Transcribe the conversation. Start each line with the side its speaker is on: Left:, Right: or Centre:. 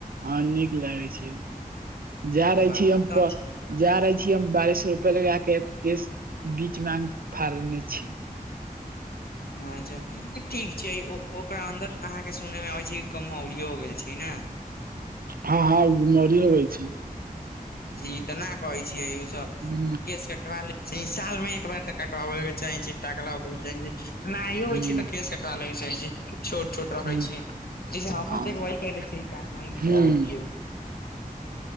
Right: हँ नीक लागै छीयै जा रहे
Left: वाह
Right: छी हम
Left: तऽ
Right: जा रहे छीिय हम बारिश रुपआ लगा के केस बीच में अ फड़ने छी
Left: अच्छा ठीक छै ओकरा अन्दर अहाँके सुनय मे आबै छै गमहौरी हो गेल छी ने
Right: हँ हँ मरी यो होै छै
Left: जी तऽ नहि कहै छियै उ सब
Right: हुं
Left: केश कटवा ल साल मे एक बार तऽ कटवाबै के चाही छै टाकला के च नाय
Right: हुं
Left: हो छै त खे चालैसइ छी छोट छोट रखे
Right: हुं
Left: छीयै जसे हमर
Right: हँ
Left: देखब रहै
Right: हुं
Left: छियै